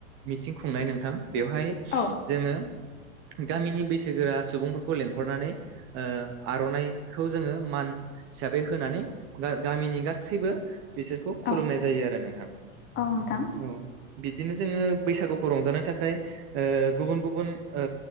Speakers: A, on the right (about 30°); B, on the left (about 25°).
A: मिथिं खुंनाय नोंथां बेवहाय
B: औ
A: जोङो गामिनि बैसोगोरा सुबुंफोरखौ लेंहरनानै ओ आर'नाइखौ जोङो मान हिसाबै होनानै गा-गामिनि गासैबो बिसोरखौ खुलुमनाय
B: औ
A: जायो आरो नोंथां
B: औ नोंथां
A: औ । बिबदिनो जोङो बैसागुखौ रंजानो थाखाय ओ गुबुन गुबुन ओ